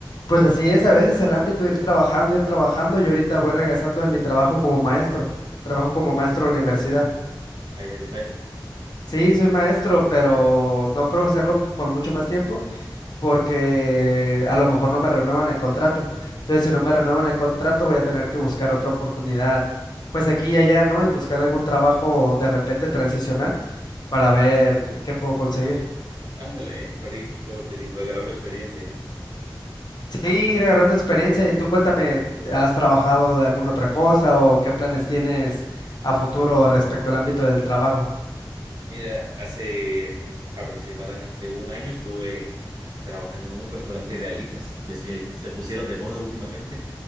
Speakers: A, on the left (about 60°); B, on the right (about 55°).
A: pues así es a veces el ámbito, ir trabajando, ir trabajando. Yo ahorita voy regresando de mi trabajo como maestro, trabajo como maestro de universidad.
B: Ah, ya eres maestro.
A: Sí, soy maestro, pero no creo hacerlo por mucho más tiempo porque a lo mejor no me renuevan el contrato. Entonces, si no me renuevan el contrato, voy a tener que buscar otra oportunidad, pues aquí y allá, ¿no? Y buscar algún trabajo de repente transicional para ver qué puedo conseguir.
B: Ándale, para ir, como te digo, agarrando experiencia y no.
A: Sí, ir agarrando experiencia. Y tú cuéntame, ¿has trabajado de alguna otra cosa o qué planes tienes a futuro respecto al ámbito del trabajo?
B: Mira, hace aproximadamente un año estuve trabajando en un restaurante de alitas. ¿Ves que se pusieron de moda últimamente?